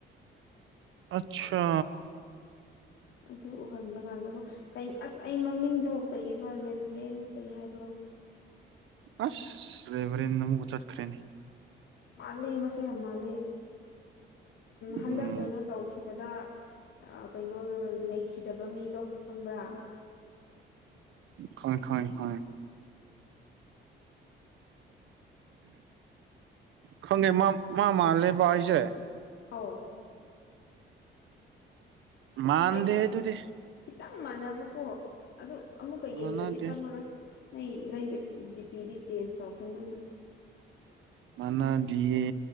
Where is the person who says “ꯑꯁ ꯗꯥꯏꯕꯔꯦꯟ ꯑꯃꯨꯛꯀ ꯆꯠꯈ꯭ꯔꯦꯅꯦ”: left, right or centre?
Right